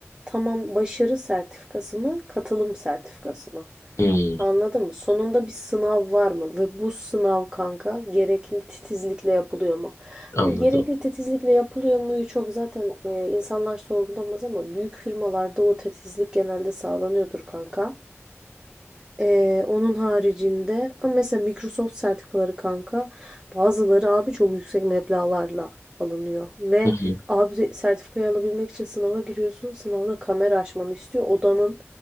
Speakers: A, on the right; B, on the left.
A: Tamam başarı sertifikası mı, katılım sertifikası mı?
B: hı.
A: Anladın mı? Sonunda bir sınav var mı? Ve bu sınav kanka gerekli titizlikle yapılıyor mu?
B: Anladım.
A: Hani gerekli titizlikle yapılıyor muyu çok zaten e, insanlar sorgulamaz ama büyük firmalarda o titizlik genelde sağlanıyordur kanka. Ee, onun haricinde ama mesela Microsoft sertifikaları kanka bazıları abi çok yüksek meblağlarla alınıyor ve
B: Hı hı,
A: abi de- sertifikayı alabilmek için sınava giriyorsun sınavda kamera açmanı istiyor odanın